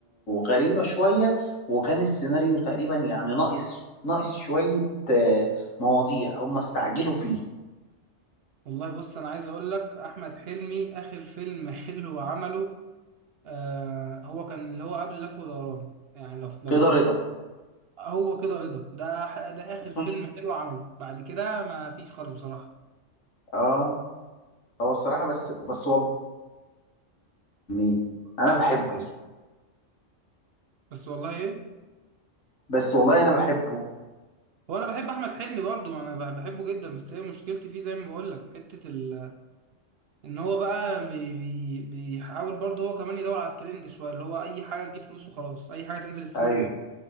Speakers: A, on the left; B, on the right.
A: غريبة شوية وكان السيناريو تقريبا يعني ناقص ناقص شوية آه مواضيع هم استعجلوا فيه
B: والله بص انا عايز اقول لك احمد حلمي اخر فيلم <laughs> حلو عمله آه هو كان اللي هو قبل لف ودوران يعني لو لو
A: كده
B: تفكر
A: رضا
B: هو كده رضا ده ح- ده اخر
A: <laughs>
B: فيلم حلو عمله بعد كده ما فيش خالص بصراحة
A: اه هو الصراحة بس بس والله يعني انا
B: بس
A: بحبه
B: والله إيه؟ بس والله ايه
A: بس والله انا بحبه
B: هو انا بحب احمد حلمي برضو انا ب- بحبه جدا بس هي مشكلتي فيه زي ما بقول لك حتة ال... ان هو بقى بي... بي... بيحاول برضو هو كمان يدور على الترند شوية اللي هو اي حاجة تجيب فلوس وخلاص اي حاجة تنزل السينما
A: ايوه